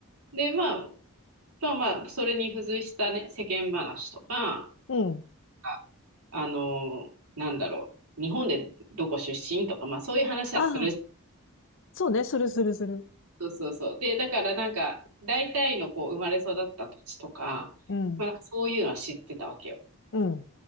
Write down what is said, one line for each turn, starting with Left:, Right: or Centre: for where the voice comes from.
Right: で、まあ、まあまあ、それに付随したね、世間話とか、
Left: うん。
Right: ああの、なんだろう、日本でどこ出身とか、まあそういう話はするじゃん。
Left: ああ、そうね、するするする。
Right: そうそうそう。で、だからなんか、大体のこう、生まれ育った土地とか、
Left: うん、
Right: まあなんかそういうのは知ってたわけよ。
Left: うん、